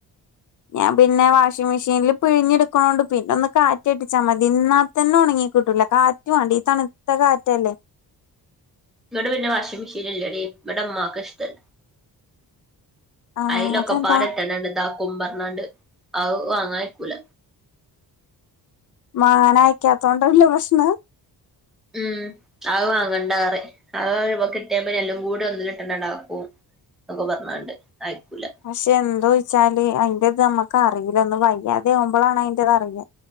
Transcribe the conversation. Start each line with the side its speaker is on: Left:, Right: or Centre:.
Left: ഞാൻ പിന്നെ വാഷിംങ്‌ മെഷീന്ൽ പിഴിഞ്ഞെട്ക്ക്ണോണ്ട് പിന്നെ ഒന്ന് കാറ്റട്ടിച്ചാ മതി ഇന്നാതന്നെ ഒണങ്ങി കിട്ടൂില്ല കാറ്റ് വാണ്ടേ ഈ തണ്‌ത്ത കാറ്റല്ലേ
Centre: ഇവടെ പിന്നെ വാഷിംഗ് മെഷീന്ല്ലടീ ഇവടെ ഇമ്മക്ക് ഇഷ്ട്ടല്ല
Left: ആഹ്
Centre: അയലൊക്കെപാടെ
Left: അതെന്താ
Centre: ഇട്ടാണ്ട് ദാക്കും പറഞ്ഞാണ്ട് അത് വാങ്ങായ്ക്കൂല
Left: മാങ്ങാനയക്കാത്തോണ്ടല്ല പ്രശ്നം
Centre: ഉം അത് വാങ്ങണ്ടാറിം അത് കിട്ടിയാ പിന്നെ എല്ലാം കൂടി ഒന്ന്ലിട്ടെന്നേണ്ടാക്കും ഒക്കെ പറഞ്ഞാണ്ട് അയക്കൂല
Left: പക്ഷെ എന്തോ വെച്ചാല് അയിന്റെ ഇത് നമ്മുക്ക് അറീല്ല ഒന്ന് വയ്യാതെ ആവുമ്പളാണ് അയ് അറിയ